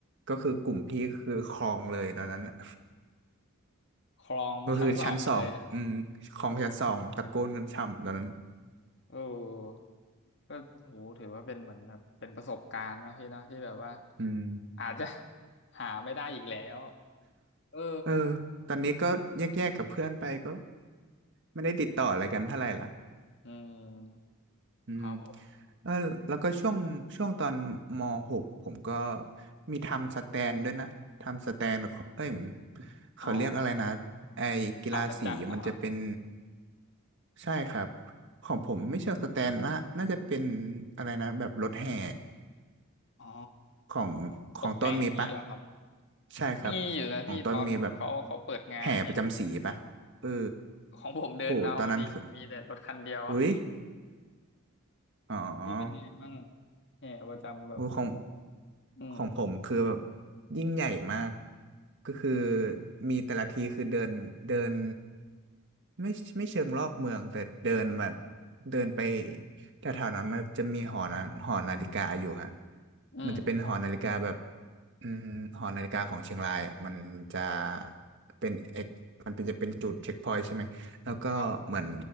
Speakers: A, on the right; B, on the left.
A: ก็คือกลุ่มพี่คือครองเลยตอนนั้นอะ
B: ครองชั้นสองเลย
A: ก็คือชั้นสองอืมของชั้นสองตะโกนกันช่ำตอนนั้น
B: เออก็โหถือว่าเป็นเหมือนแบบเป็นประสบการณ์นะพี่นะที่แบบว่า
A: อืม
B: อาจจะ <laughs> หาไม่ได้อีกแล้วเออ
A: เออตอนนี้ก็แยกๆกับเพื่อนไปก็ไม่ได้ติดต่ออะไรกันเท่าไหร่ละ
B: อืม
A: อืม
B: ครับผม
A: เออแล้วก็ช่วงช่วงตอนมหกผมก็มีทำสแตนด้วยนะทำสแตนของเอ้ยเขาเรียกอะไรนะ
B: อ๋อ
A: ไอ้กีฬาสีมันจะเป็น
B: อัศจรรย์เหรอ
A: ใช่ครับของผมไม่เชิงสแตนนะน่าจะเป็นอะไรนะแบบรถแห่
B: อ๋อ
A: ของของต้นมีปะ
B: ตกแต่งอย่างนี้เหรอครับ
A: ใช่ครับของต้นมีแบบ
B: มีอยู่นะพี่ตอนเขาเขาเปิดงานเนี่ย
A: แห่ประจำสีปะเออ
B: ของผมเดินเอาอะดิมีแต่รถคันเดียว
A: โหตอนนั้นคืออุ้ยอ๋อ
B: <laughs> พี่เป็นยังไงบ้างแห่ประจำแบบ
A: มูของ
B: อืม
A: ของผมคือแบบยิ่งใหญ่มากก็คือมีแต่ละทีคือเดินเดินไม่ไม่เชิงรอบเมืองแต่เดินแบบเดินไปแถวๆนั้นมันจะมีหอนาหอนาฬิกาอยู่ฮะ
B: อืม
A: มันจะเป็นหอนาฬิกาแบบอืมหอนาฬิกาของเชียงรายอ่ะมันจะเป็นเอกมันเป็นจะเป็นจุดเช็คพอยต์ใช่ไหมแล้วก็เหมือน
B: ครับ